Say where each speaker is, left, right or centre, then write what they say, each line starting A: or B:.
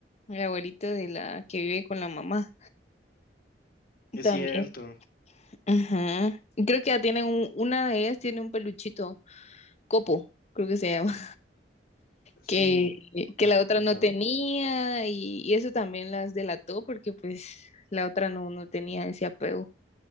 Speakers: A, on the left; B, on the left.
A: el abuelito de la que vive con la mamá
B: Es
A: también.
B: cierto.
A: Ajá. Y Creo que ya tienen un- una de ellas tiene un peluchito, Copo, creo que se llama.
B: Sí,
A: que, que
B: ajá,
A: la otra
B: ajá,
A: no tenía y, y eso también las delató porque pues la otra no, no tenía ese apego